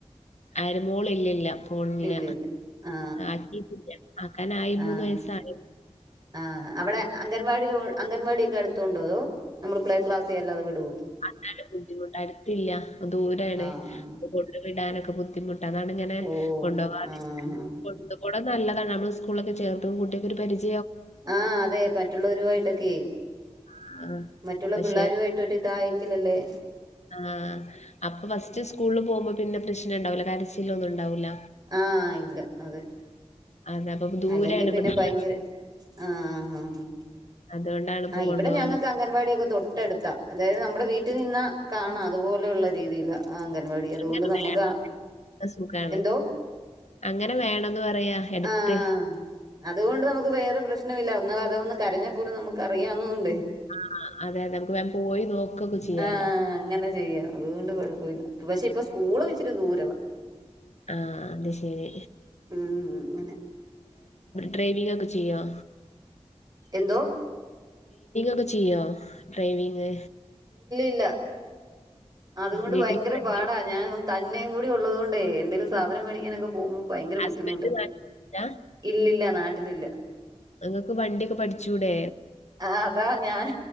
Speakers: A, on the left (about 75°); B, on the right (about 35°).
A: ആര് മോൾ ഇല്ലല്ല പോണില്ല
B: ഇല്ല ഇല്ല ആ
A: ആക്കിട്ടില്ല ആക്കൻ ആയി
B: ആ
A: മൂന്ന് വയസായി
B: ആഹ് അവ്ടെ അംഗൻവാടി അംഗൻവാടിയൊക്കെ അടുത്തോണ്ടോ അതോ നമ്മള് പ്ലെ ക്ലാസ്സിൽ അല്ലതെ വിടുവൊ
A: അതിനാണ് ബുദ്ധിമുട്ട് അടുത്തില്ല ദൂരാണ്
B: ആഹ്
A: അപ്പൊ കൊണ്ട് ടാനൊക്കെ ബുദ്ധിമുട്ട് അതാണ് ഇങ്ങനെ
B: ഓഹ്
A: കൊണ്ടോവാതിരിക്കണേ
B: ആഹ്
A: കൊണ്ട്പൊ നല്ലതാണ് നമ്മ സ്കൂളൊക്കെ ചേർത്തും കുട്ടി ഒര് പരിച
B: ആഹ് അതെ മറ്റുള്ളവരുമായിട്ടൊക്കെയെ
A: ആഹ്
B: മറ്റുള്ള
A: പക്ഷെ
B: പിള്ളരുവായിട്ട് ഒര് ഇതായെങ്കിലല്ലേ
A: ആഹ് അപ്പൊ ഫസ്റ്റ് സ്കൂളില് പോകുമ്പോ പിന്നെ പ്രശ്നം ഉണ്ടാവൂല കരച്ചിൽ ഒന്നും ഉണ്ടാവൂല്ല
B: ആഹ് ഇല്ല അതെ
A: അതെ അപ്പൊ ദൂരെയാണ്
B: അല്ലെങ്കി പിന്നെ
A: ഇവിടുന്ന്
B: ഭയങ്കര
A: ഇവിടെ,
B: ആ ആഹ് ആഹ് ആ
A: അതുകൊണ്ടാണ് ഇപ്പൊ
B: ആ
A: കൊണ്ടുപോവാതെ
B: ഇവ്ടെ ഞങ്ങക്ക് അംഗൻവാടിയൊക്കെ തൊട്ട് അടുത്താ അതായത് നമ്മുടെ വീട്ടിൽ നിന്ന കാണാം അതുപോലെള്ള രീതിയിലാ ആ അംഗൻവാടി അതുകൊണ്ട്
A: അങ്ങനെ
B: നമുക്ക്
A: വേണം
B: ആ
A: അതൊക്കെ സുഖാണ്
B: എന്തോ
A: അങ്ങനെ വേണംന്ന് പറയാ എടുത്ത്
B: ആഹ് അതുകൊണ്ട് നമുക്ക് വേറെ പ്രശ്നം ഇല്ല എന്നാ അഥവാ ഒന്ന് കരഞ്ഞ പോലും നമുക്ക് അറിയാന്നകൊണ്ടേ
A: ആഹ് അതെ അതെ നമുക്ക് വേം പോയി നോക്കൊക്കെ ചെയ്യാലോ
B: ആഹ് അങ്ങനെ ചെയ്യാം അതുകൊണ്ട് കൊഴപ്പവില്ല പഷേ ഇപ്പൊ സ്കൂളും ഇച്ചിരി ദൂരവാ
A: ആഹ് അത് ശരി
B: ഉം അങ്ങനെ
A: ഡ്രൈവിംങ്ങ് ഒക്കെ ചെയ്യുവോ
B: എന്തോ
A: ഒക്കെ ചെയ്യോ ഡ്രൈവിങ്ങ്
B: ഇല്ല അതുകൊണ്ട്
A: വീട്ടില്
B: ഭയങ്കര
A: വണ്ടി
B: പാടാ ഞാൻ തന്നേം കൂടി ഒള്ളത് കൊണ്ടെ എന്തേലും സാധനം മേടിക്കാനൊക്കെ പോകുമ്പോ ഭയങ്കര
A: ഹസ്ബൻഡ്
B: ബുദ്ധിമുട്ടാ
A: നാട്ടിലില്ല
B: ഇല്ലല്ല നാട്ടിലില്ല
A: നിങ്ങൾക്ക് വണ്ടിയൊക്കെ പഠിച്ചുടെ
B: ആ അതാ ഞാനും